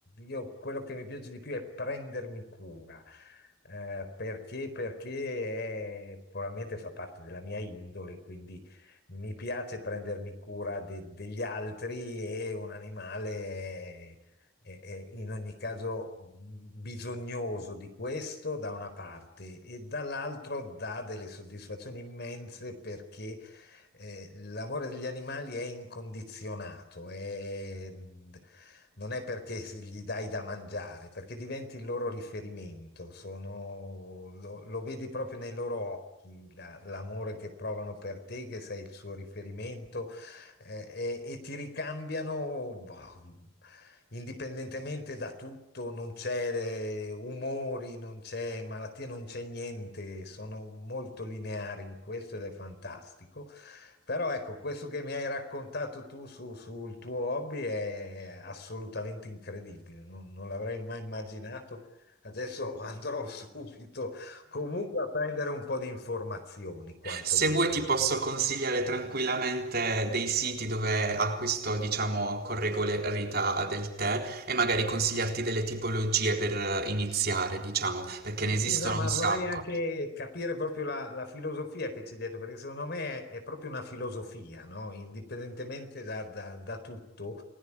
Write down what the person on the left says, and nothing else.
Io quello che mi piace di più è prendermi cura. Eh, perché? Perché è- probabilmente fa parte della mia indole, quindi mi piace prendermi cura de- degli altri e un animale eh, eh, in ogni caso mh, bisognoso di questo da una parte e dall'altro dà delle soddisfazioni immense perché eh, l'amore degli animali è incondizionato, è- non è perché se gli dai da mangiare, perché diventi il loro riferimento, sono- lo, lo vedi proprio nei loro occhi. la- L'amore che provano per te, che sei il suo riferimento, eh, e, e ti ricambiano boh, indipendentemente da tutto, non c'è eh, umori, non c'è malattie, non c'è niente, sono molto lineari in questo ed è fantastico. Però ecco, questo che mi hai raccontato tu su- sul tuo hobby è assolutamente incredibile, non, non l'avrei mai immaginato. Adesso andrò <laughs> subito comunque a prendere un po' di informazioni, quantomeno.
Sì,
sì, no, ma
vorrei anche capire proprio la, la filosofia che c'è dietro, perché secondo me è, è proprio una filosofia, no? Indipendentemente da, da- da tutto,